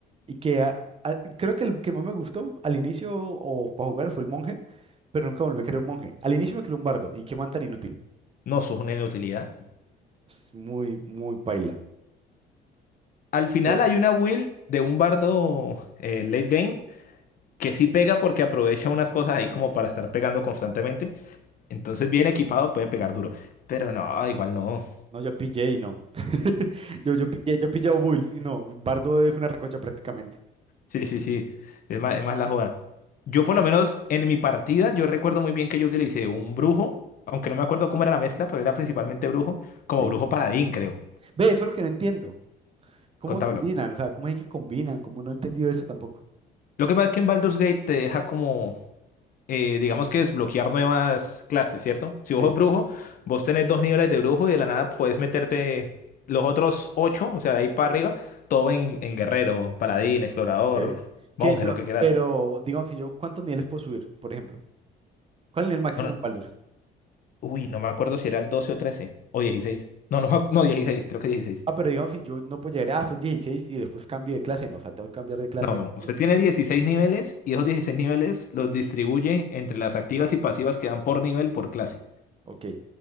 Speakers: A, on the right; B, on the left.
A: Y que a- a- creo que el que más me gustó al inicio o para jugar fue el monje, pero nunca volví a querer un monje. Al inicio me quería un bardo y qué man tan inútil.
B: no, sos una inutilidad.
A: Es muy, muy paila.
B: Al final
A: Eh,
B: hay una build de un bardo eh, late game que sí pega porque aprovecha unas cosas ahí como para estar pegando constantemente. Entonces, bien equipado puede pegar duro. Pero no, igual no.
A: No, yo pillé y no. <laughs> Yo, yo pillé, yo pillé a Bulls y no. Bardo fue una recocha prácticamente.
B: Sí, sí, sí. Es más, es más la joda. Yo, por lo menos, en mi partida, yo recuerdo muy bien que yo utilicé un brujo, aunque no me acuerdo cómo era la mezcla, pero era principalmente brujo, como
A: Sí.
B: brujo paladín, creo.
A: Ve, eso es lo que no entiendo. ¿Cómo
B: Contámelo.
A: combinan? O sea, ¿cómo es que combinan? Como no he entendido eso tampoco.
B: Lo que pasa es que en Baldur's Gate te deja como, eh, digamos que desbloquear nuevas clases, ¿cierto? Si
A: Sí.
B: vos sos brujo, vos tenés dos niveles de brujo y de la nada puedes meterte los otros ocho, o sea, de ahí para arriba, todo en, en guerrero, paladín, explorador,
A: Ok.
B: monje,
A: Que, o sea,
B: lo que quieras.
A: pero, digamos, si yo, ¿cuántos niveles puedo subir, por ejemplo? ¿Cuál es el máximo
B: Bueno,
A: en Baldur's?
B: Uy, no me acuerdo si era el 12 o 13 o dieciséis. No, no, me acu- no, 16, creo que 16.
A: Ah, pero digamos, si yo no puedo llegar, ah, soy 16 y después cambio de clase, no, o sea, tengo que cambiar de clase
B: No, no,
A: antes.
B: usted tiene 16 niveles y esos 16 niveles los distribuye entre las activas y pasivas que dan por nivel por clase.
A: Ok.